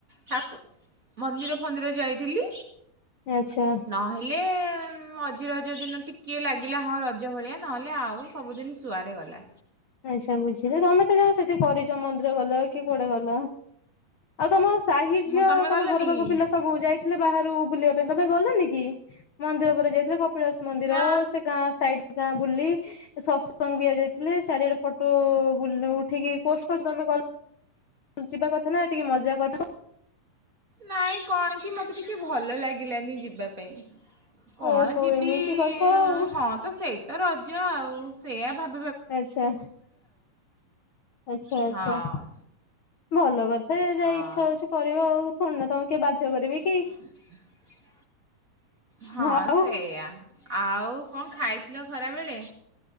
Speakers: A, on the right; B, on the left.
A: ଠାକୁ ମନ୍ଦିର ଫନ୍ଦିର ଯାଇଥିଲି।
B: ଆଚ୍ଛା
A: କହିଲେ ଅଜିର ହଜ ଦିନ ଟି କିଏ ଲାଗିଲା ହଁ ର ନିଜ ଭଳିଆ ନହେଲେ ଆଉ ସବୁଦିନ ଶୁଆରେ ଗଲା।
B: ଆଚ୍ଛା ବୁଝି ତମେ ତ ଯାଉ ସେଠି କରି ଚ ମନ୍ଦିର ଗଲ କି କୁଆଡେ ଗଲ ଆଉ ତମ ସେ ସାହି ଝିଅ
A: ହଁ ତମେ
B: ତମ
A: ଗଲନି
B: ଘର ପାଖ
A: କି?
B: ପିଲା ସବୁ ଯାଇଥିଲେ ବାହାରୁ ବୁଲିବା ପାଇଁ ତମେ ଗଲାନି କି ମନ୍ଦିର ପରେ ଯାଇଥିଲେ କ ପିଳାସ ମନ୍ଦିର
A: ନା
B: ସେ ଗାଁ ସାଇ ଗାଁ ବୁଲି ସସଙ୍ଗ ବିଆ ଯାଇଥିଲେ। ଚାରିଆଡେ ଫଟୋ ବୁଲ୍ ଉଠିକି ପୋଷ୍ଟ କରୁଛନ୍ତି। ତମେ ଯିବା କଥା ନା ଟିକେ ମଜା କଥା।
A: ନାଇଁ କଣ କି ମତେ ଟିକେ ଭଲ ଲାଗିଲାନି ଯିବା ପାଇଁ। କଣ
B: ଓହୋ
A: ଯିବି
B: ଏମିତି କଥା ଆଉ
A: ହଁ ତ ସେଇ ତ ରଜ ଆଉ ସେଇଆ ଭାବ
B: ଆଚ୍ଛା ଆଚ୍ଛା ଆଚ୍ଛା
A: ହଁ
B: ଭଲ କଥା
A: ହଁ
B: ଯା ଇଚ୍ଛା ହଉଛି କରିବା ଆଉ। ଶୁଣୁ ନା ତମେ କିଏ ବାଧ୍ୟ କରିବି।
A: <inaudible> ହଁ
B: ଆଉ
A: ସେୟା ଆଉ କଣ ଖାଇଥିଲ ଖରାବେଳେ।